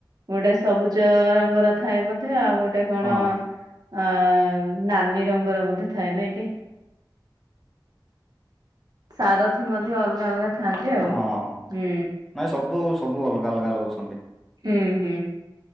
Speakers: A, on the right (about 55°); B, in the centre.
A: ଗୋଟେ ସବୁଜ ରଙ୍ଗର ଥାଏ ବୋଧେ। ଆଉ ଗୋ ଗୋଟେ କଣ
B: ହଁ
A: ଅ ନାଲି ରଙ୍ଗର ବୋଧେ ଥାଏ। ନାଇଁ କି? ସାରଥି ମଧ୍ୟ ଅଲଗା ଅଲଗା ଥାଆନ୍ତି ଆଉ।
B: ହଁ
A: ହୁଁ
B: ନାଇଁ ସବୁ ସବୁ ଅଲଗା ଅଲଗା ରହୁଛନ୍ତି।
A: ହୁଁ ହୁଁ।